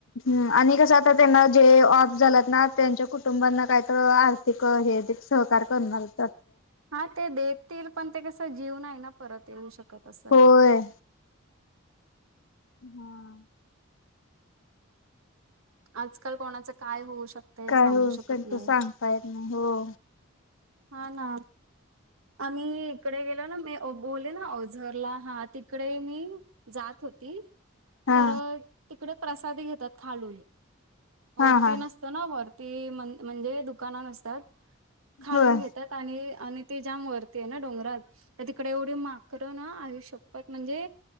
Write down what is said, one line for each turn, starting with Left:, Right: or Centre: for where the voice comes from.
Left: ह् आणि कसं आता त्यांना जे ऑफ झालात ना त्यांच्या कुटुंबांना काय तर तिक हे त सहकार करणारगत
Right: हा ते देतील पण ते कसं जीव नाही ना परत येऊ शकत आहे
Left: होय हम्म
Right: आजकाल कोणाचं काय होऊ शकते
Left: काय
Right: शकत सांगू
Left: हो असेल
Right: नाही
Left: तर सांगतायल नाही हो
Right: हा ना आम्ही इकडे गेलो ना मी बोलले ना औझरला हा तिकडे मी जात होती
Left: हा
Right: तर तिकडे प्रसाद घेतात खालून
Left: हा
Right: वरती
Left: हा
Right: नसते ना वरती म्हणजे दुकाना असतात खाळून
Left: होय
Right: घेतात आणि आणि ते जा्याम वरते ना डोंगरात त्या तिकडे एवढे माकर ना आयुष्यपत म्हणजे